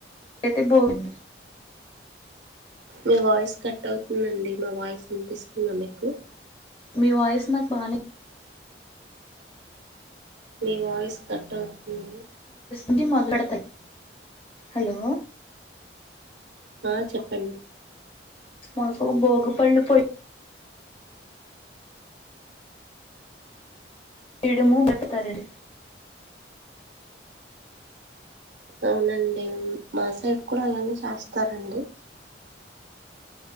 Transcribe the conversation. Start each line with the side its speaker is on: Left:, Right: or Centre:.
Left: అదతే బౌడి
Right: మీ వాయిస్ కట్ అవుతుందండి నా వాయిస్ విన్పిస్తుందా మీకు పు
Left: మీవాయిస్ నాకు బానే
Right: మీ వాయిస్ కట్టవు ఏంటిది
Left: ఇది మొదలు పెడతా హలో
Right: ఆ చెప్పండి
Left: మాకు భోగి పళ్ళు పోయి వీడము మేపుతారండి
Right: అవునండి మా సైడ్ కూడా అలానే చేస్తారండి